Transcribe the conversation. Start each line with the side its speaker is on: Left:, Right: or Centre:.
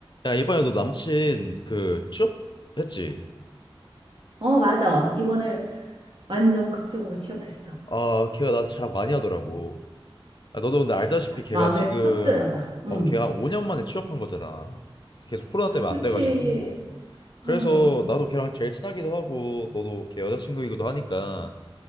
Left: 야, 이번에 너 남친 그 취업했지?
Right: 어, 맞아. 이번에 완전 극적으로 취업했어.
Left: 아, 걔가 나 자랑 많이 하더라고. 아, 너도 근데 알다시피 걔가
Right: 마음에
Left: 지금
Right: 쏙 드나 봐. 음.
Left: 어, 걔가 5년 만에 취업한 거잖아. 계속 코로나 때문에
Right: 그치.
Left: 안 돼가지고. 그래서
Right: 음.
Left: 나도 걔랑 제일 친하기도 하고 너도 걔 여자친구이기도 하니까